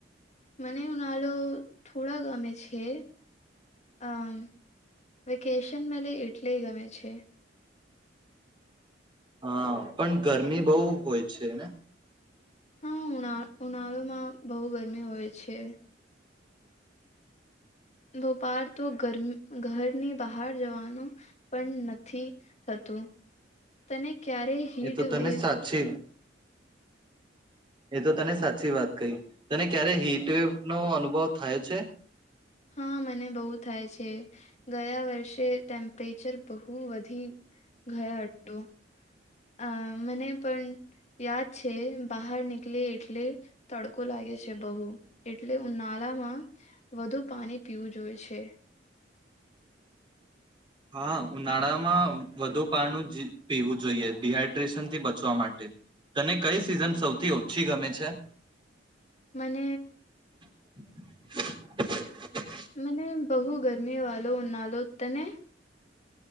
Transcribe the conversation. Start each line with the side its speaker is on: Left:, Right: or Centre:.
Left: મને ઉનાલો થોડા ગમે છે, અમ વેકેશન મલે એટલે ગમે છે.
Right: હા પણ ગરમી બહુ હોય છે ને.
Left: હા ઉના ઉનાળો માં બહુ ગરમી હોય છે. દોપાર તો ગરમ ઘરની પહાર જવાનું પણ નથી થતું તને ક્યારે હીટ
Right: એ તો તને
Left: વેવ
Right: સાચે એ તો તને સાચી વાત કહી. તને ક્યારે હીટવેવ નો અનુભવ થયો છે?
Left: હા મને બહુ થાય છે ગયા વર્ષે ટેમ્પરેચર બહું વધી ગયા હતું. અ મને પણ યાદ છે બહાર નીકલે એટલે તડકો લાગે છે બહુ એટલે ઉનાલામાં વધુ પાણી પીવું જોએ છે.
Right: હા ઉનાળામાં વધુ પાનું જ પીવું જોઈએ ડિહાઈડ્રેશનથી બચવા માટે તને કઈ સિઝન સૌથી ઓછી ગમે છે?
Left: મને
Right: <inaudible>
Left: મને બહુ ગરમી વાલો ઉનાલો તને?